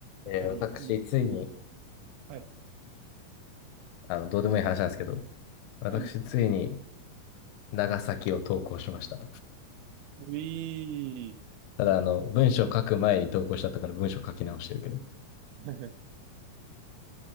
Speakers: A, on the right; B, on the left.
A: やっぱり、
B: えー私、
A: い
B: ついに、
A: はい。
B: あの、どうでもいい話なんですけど、私、
A: あいよ。
B: ついに長崎を投稿しました。
A: うい
B: ただ、あの、文章書く前に投稿しちゃったから文章書き直してるけど、
A: ー。<laughs>